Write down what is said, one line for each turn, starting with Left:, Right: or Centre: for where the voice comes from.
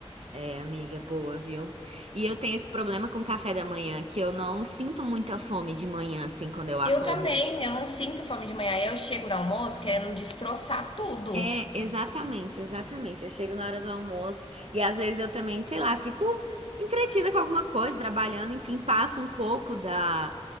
Right: É, amiga, boa, viu? E eu tenho esse problema com o café da manhã, que eu não sinto muita fome de manhã, assim, quando eu acordo.
Left: Eu também, eu não sinto fome de manhã. Eu chego no almoço querendo destroçar tudo.
Right: É, exatamente, exatamente. Eu chego na hora do almoço e às vezes eu também, sei lá, fico entretida com alguma coisa, trabalhando, enfim, passa um pouco da.